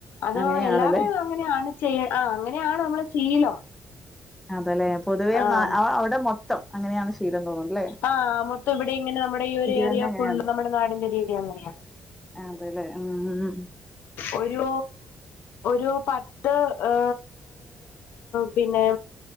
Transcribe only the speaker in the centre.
അങ്ങനെയാണല്ലേ
അതയല്ലേ പൊതുവേ
മ അവിടെ മൊത്തം അങ്ങനെയാണ് ശീലം എന്ന് തോന്നുന്നുണ്ട് അല്ലേ
തന്നെ അങ്ങനെയാണ്
ആഹ് അതെയല്ലേ ആഹ് ആഹ്